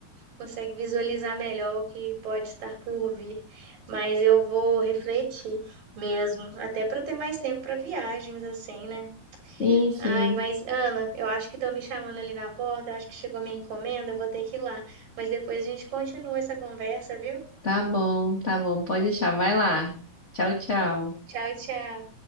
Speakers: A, on the right; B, on the left.
A: consegue visualizar melhor o que pode estar por vir. Mas eu vou refletir mesmo, até para ter mais tempo para viagens, assim, né?
B: Sim, sim.
A: Ai, mas Ana, eu acho que estão me chamando ali na porta, eu acho que chegou minha encomenda, eu vou ter que ir lá. Mas depois a gente continua essa conversa, viu?
B: Tá bom, tá bom. Pode deixar. Vai lá. Tchau, tchau.
A: Tchau, tchau.